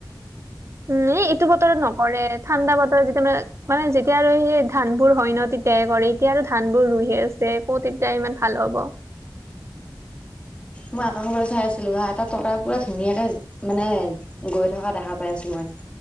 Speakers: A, on the right; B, on the left.
A: উম' ইটো বতৰত নহ কৰে, ঠাণ্ডা বতৰ যেতিয়া মানে মানে যেতিয়া আৰু সেই ধান বোৰ হয় ন তেতিয়াহে কৰে, এতিয়া আৰু ধান বোৰ ৰুই আছে, ক'ত এতিয়া ইমান ভাল হ'ব।
B: মই আকৌ ক'বলৈ চাই আছিলো হা, এটা টকা পুৰা ধুনীয়াকে মানে গৈ থকা দেখা পাই আছো মই